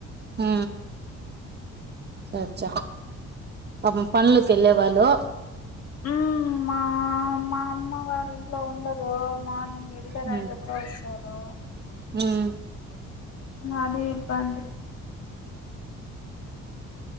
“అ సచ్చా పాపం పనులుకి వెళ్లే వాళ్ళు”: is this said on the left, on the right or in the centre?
Right